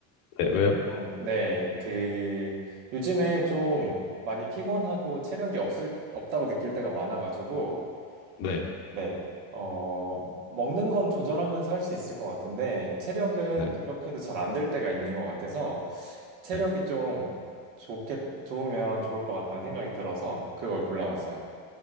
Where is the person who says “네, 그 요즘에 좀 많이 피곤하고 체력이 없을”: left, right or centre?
Right